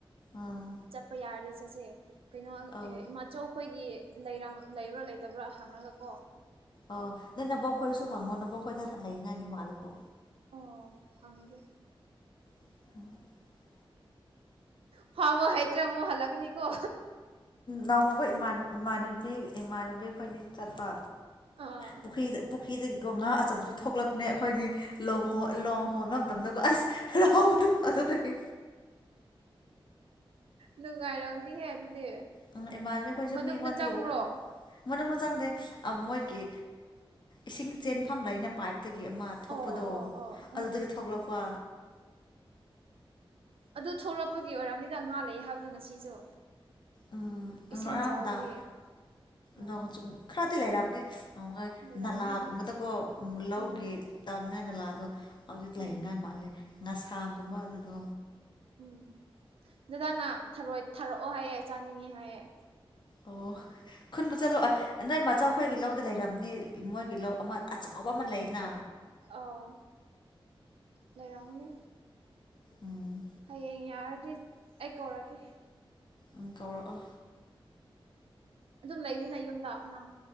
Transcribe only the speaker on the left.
ꯑꯥ
ꯑꯥ
ꯑꯣ ꯅꯣꯏ ꯅꯕꯣꯛꯈꯣꯏꯁꯨ ꯍꯪꯉꯣ ꯅꯕꯣꯛꯈꯣꯏꯗ ꯂꯩꯔꯤꯉꯥꯏꯅꯤ ꯃꯥꯜꯂꯦꯀꯣ
<inaudible>
ꯅꯣꯡꯃꯈꯣꯏ <unintelligible> ꯏꯃꯥꯟꯅꯕꯤ ꯏꯃꯥꯟꯅꯕꯤ ꯑꯈꯣꯏꯅꯤ ꯆꯠꯄ
ꯄꯨꯈ꯭ꯔꯤ ꯄꯨꯈ꯭ꯔꯤꯗꯒꯤꯀꯣ ꯉꯥ ꯑꯆꯧꯕꯗꫭ ꯊꯣꯛꯂꯛꯄꯅꯦ ꯑꯈꯣꯏꯅꯤ ꯂꫭꯡ <unintelligible> ꯂꫭꯡ ꯍꫭꯟꯕ ꯃꯇꯝꯗꯀꫭ ꯑꯁ ꯍꯔꯥꯎ <unintelligible> ꯑꯗꯨꯗꯒꯤ
ꯎꯝ ꯏꯃꯥꯟꯅꯕꯤ ꯑꯩꯈꯣꯏꯁꯨ
ꯃꯤꯉꯣꯟꯗꯒꯤ
ꯃꯅꯨꯡꯗ ꯆꯪꯗꯦ ꯑ‌ ꯃꯣꯏꯒꯤ ꯏꯁꯤꯡ ꯆꯦꯟꯐꯝ ꯂꯩꯅ ꯄꯥꯏꯞ <unintelligible> ꯑꯃ ꯊꯣꯛꯄꯗꯣ
ꯑꯗꯨꯗꯒꯤ
ꯊꯣꯛꯂꯛꯄ
ꯎꯝ
ꯉꯔꯥꯡ
ꯅꯨꯡꯗꯥꯡ
ꯅꯣꯡ ꯆꯨꯝ <unintelligible> ꯂꯩꯔꯝꯅꯤ
ꯅꯂꯥꯒꯨꯝꯕꯗꯀꯣ
ꯂꯧꯒꯤ
ꯇꯧꯅꯤꯡꯉꯥꯏ ꯅꯂꯥꯗꯣ ꯍꯧꯖꯤꯛ ꯂꯩꯅꯉꯥꯏ
ꯃꯥꯜꯂꯦ ꯉꯁꯥꯡꯒꯨꯝꯕ ꯑꯗꯨꯗꯣ
ꯑꯣ ꯈꯨꯟꯕ ꯆꯠꯂꯨ ꯑꯣ ꯅꯣꯏ ꯃꯆꯧ ꯈꯣꯏꯒꯤ ꯂꯧꯗ ꯂꯩꯔꯝꯅꯤ ꯃꯣꯏꯒꯤ ꯂꯧ ꯑꯃ ꯑꯆꯥꯎꯕ ꯑꯃ ꯂꯩꯗꯅ
ꯎꯝ
ꯎꯝ ꯀꯧꯔꯛꯑꯣ